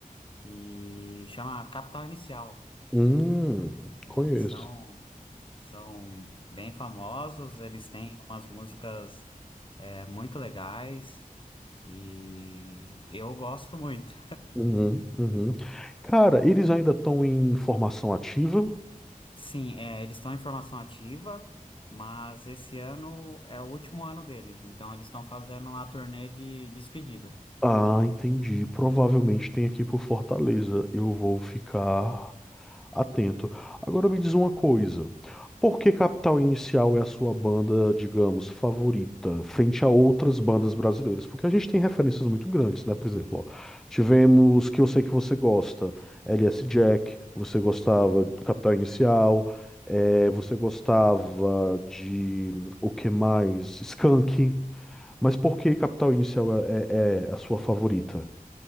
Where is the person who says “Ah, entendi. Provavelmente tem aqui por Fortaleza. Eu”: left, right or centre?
Centre